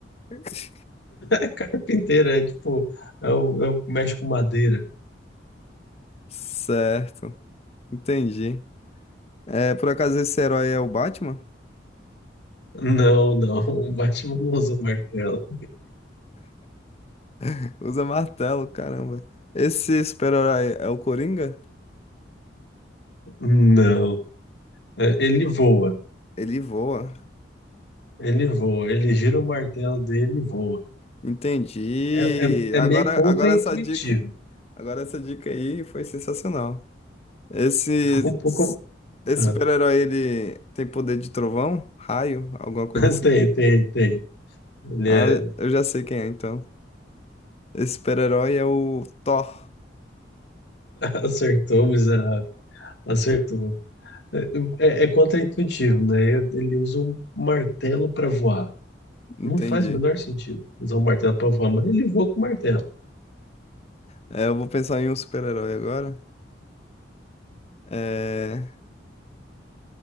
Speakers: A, on the left (about 35°); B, on the left (about 65°).
A: <laughs>
B: É carpinteiro, é tipo, é o, é o que mexe com madeira.
A: Certo. Entendi. É, por acaso esse herói é o Batman?
B: Não, não, o Batman não usa martelo.
A: <laughs> Usa martelo, caramba. Esse super-herói é o Coringa?
B: Não, É, ele voa.
A: Ele voa.
B: Ele voa, ele gira o martelo dele e voa.
A: Entendi.
B: É, é, é
A: Agora,
B: meio contraintuitivo.
A: agora essa dica, agora essa dica aí foi sensacional. Esse,
B: Um pouco.
A: esse
B: Ah,
A: super-herói ele tem poder de trovão, raio, alguma coisa
B: <laughs>
A: assim?
B: tem, tem, tem. Ele
A: Ah,
B: é... <laughs>
A: eu já sei quem é então. Esse super-herói é o Thor.
B: acertou, miserável. Acertou. É, é é contraintuitivo, né? Ele usa um martelo para voar.
A: Entendi.
B: Não faz o menor sentido usar um martelo para voar, mas ele voa com martelo.
A: É, eu vou pensar em um super-herói agora. É.